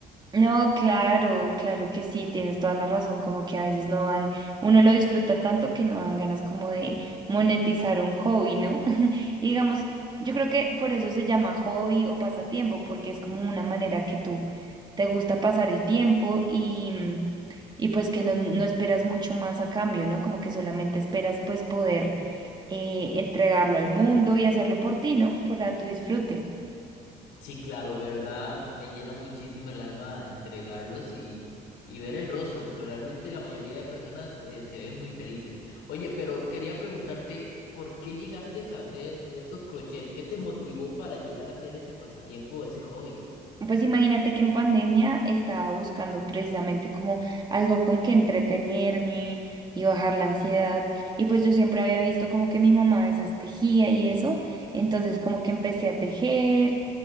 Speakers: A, on the right; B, on the left.
A: No, claro, claro que sí, tienes toda la razón, como que a veces no dan, uno lo disfruta tanto que no dan ganas como de monetizar un hobby, ¿no? <laughs> Y digamos, yo creo que por eso se llama hobby o pasatiempo, porque es como una manera que tú te gusta pasar el tiempo y, y pues que no, no esperas mucho más a cambio, ¿no? Como que solamente esperas pues poder eh, entregarlo al mundo y hacerlo por ti, ¿no? Para tu disfrute.
B: Sí, claro, verdad, me llena muchísimo el alma entregarlos y, y ver el rostro, porque realmente la mayoría de personas eh, se ven muy felices. Oye, pero quería preguntarte, ¿por qué llegaste a hacer estos crochet? ¿Qué te motivó para llegar a hacer ese pasatiempo, ese hobby?
A: Pues imagínate que en pandemia estaba buscando precisamente como algo con que entretenerme y bajar la ansiedad. Y pues yo siempre había visto como que mi mamá a veces tejía y eso. Entonces como que empecé a tejer